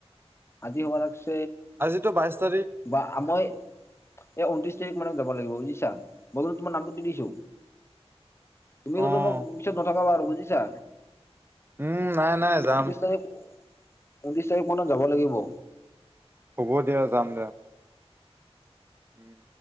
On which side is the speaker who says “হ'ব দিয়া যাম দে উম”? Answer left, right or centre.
Right